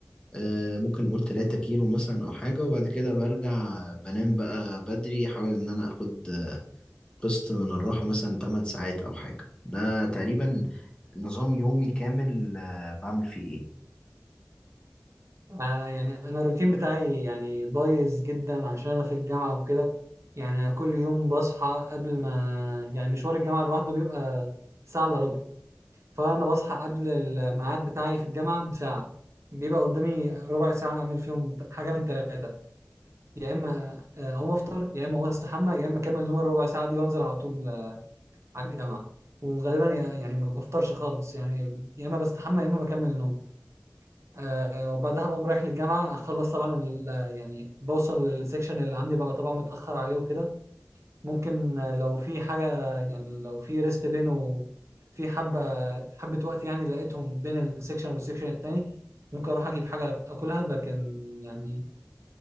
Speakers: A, on the left (about 20°); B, on the right (about 60°).
A: آه، ممكن نقول 3 كيلو مثلا أو حاجة وبعد كده برجع بنام بقى بدري أحاول إن أنا أخد قسط من الراحة مثلا 8 ساعات أو حاجة ده تقريبا نظام يومي كامل آه، بعمل فيه إيه
B: آه يعني انا الروتين بتاعي يعني بايظ جدا عشان انا في الجامعه وكده يعني أنا كل يوم بصحى قبل ما يعني مشوار الجامعه لوحده بيبقى ساعه الا ربع فانا بصحى قبل الميعاد بتاعي في الجامعه بساعه بيبقى قدامي ربع ساعه اعمل فيهم حاجه من ثلاثه يا اما آه، اقوم افطر يا اما اقوم استحمى يا اما اكمل نوم الربع ساعه دي وانزل على طول آه، على الجامعه وغالبا يا- يعني ما بفطرش خالص يعني يا اما بستحمى يا اما بكمل نوم آه، آه، وبعدها بقوم رايح للجامعه اخلص طبعا ال- آه، يعني بوصل للسكشن اللي عندي ببقى طبعا متاخر عليه وكده ممكن لو في حاجة يعني لو في ريست بينه في حبة حبة وقت يعني لقيتهم بين السكشن والسكشن التاني ممكن أروح أجيب حاجة أكلها لكن يعني